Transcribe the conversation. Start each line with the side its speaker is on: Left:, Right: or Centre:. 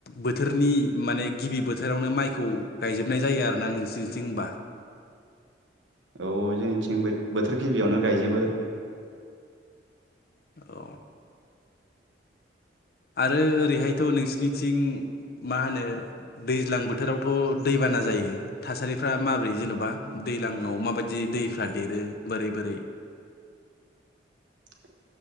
Left: बोथोरनि माने गिबि बोथोरावनो माइखौ गायजोबनाय जायो आरोना नोंसिनिथिं ओमबा।
Right: औ जोंनिथिं बोथोर गिबियावनो गायजोबो। <inaudible>
Left: अ आरो ओरैहायथ' नोंसिनिथिं मा होनो दैज्लां बोथोरावथ' दैबाना <unintelligible> जायो थासारिफ्रा माबोरै जेन'बा दैज्लांआव माबायदि दैफ्रा देरो बोरै बोरै
Right: <inaudible>